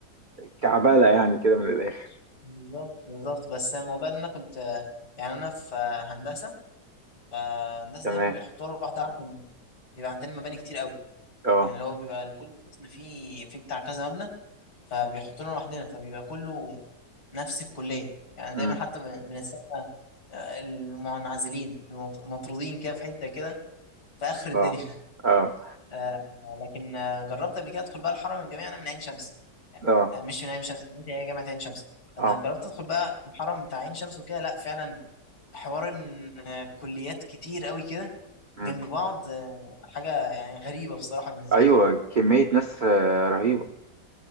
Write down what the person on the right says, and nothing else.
كعبالة يعني كده من الاخر
تمام
اه
امم
اه
اه
اه
اه
مم.
ايوه
كمية ناس آه، رهيبة